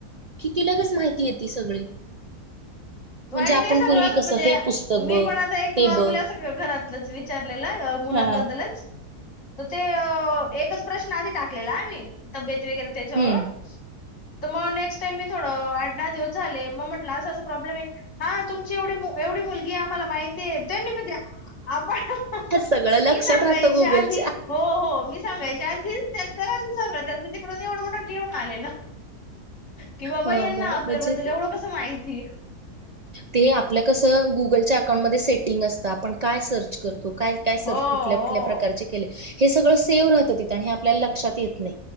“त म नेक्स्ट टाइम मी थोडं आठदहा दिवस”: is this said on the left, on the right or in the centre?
Left